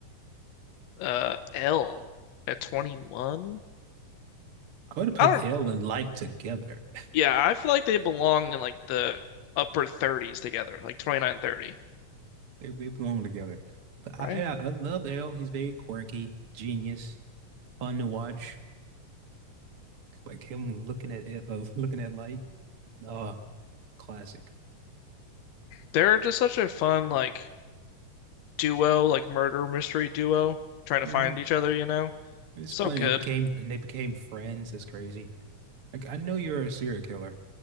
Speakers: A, on the left; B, on the right.
A: Uh, L at 21.
B: I would have put
A: I don't know.
B: L and like together. <laughs>
A: Yeah, I feel like they belong in like the upper 30s together, like 29 30.
B: They, they belong together. But I,
A: right?
B: yeah, I love L. He's very quirky, genius, fun to watch. Like him looking at L- uh, looking at light. Uh, classic.
A: They're just such a fun like duo, like murder mystery duo, trying to
B: hmm
A: find each other, you know?
B: It's
A: So
B: funny.
A: good.
B: It became and they became friends. That's crazy. Like I know you're a serial killer,